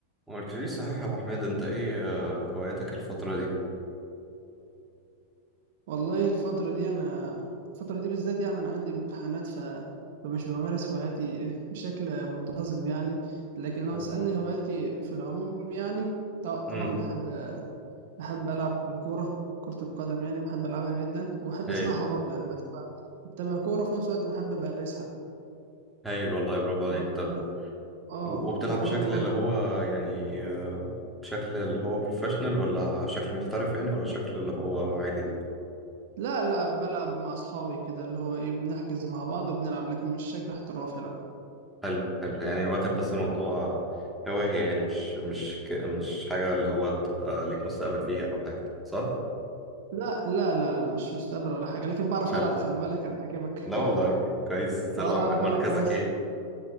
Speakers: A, in the centre; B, on the right.
A: ما قلتليش صحيح يا ابو حميد انت ايه آه، هواياتك الفترة دي
B: والله الفترة دي أنا الفترة دي بالذات يعني أنا عندي امتحانات ف... فمش بمارس هواياتي <laughs> بشكل منتظم يعني لكن لو
A: حلو.
B: تسألني هواياتي في العموم يعني ط- طبعا
A: امم
B: بحب بحب ألعب الكورة كرة القدم يعني بحب ألعبها جدا وبحب
A: هايل
B: أسمعها برضه يعني بتابع بتابع كورة في نفس الوقت بحب أمارسها
A: هايل والله برافو عليك
B: و...
A: طب
B: آه
A: و- وبتلعب
B: وبرضه
A: بشكل
B: برضه
A: اللي هو يعني آه، بشكل اللي هو بروفيشنال ولا شكل محترف يعني ولا شكل اللي هو عادي
B: لا لا بلعب مع أصحابي كده اللي هو إيه بنحجز مع بعض وبنلعب لكن مش شكل احترافي لا
A: حلو حلو يعني واخد بس الموضوع آه، هواية يعني مش مش ك- مش حاجة اللي هو تبقى ليك مستقبل فيها او حاجة صح
B: لا لا لا لا مش مستقبل ولا حاجة لكن بعرف
A: حلو
B: ألعب خلي بالك أنا عاجبك
A: لا والله كويس تلعب
B: اه بعرف
A: مركزك
B: ألعب كويس
A: ايه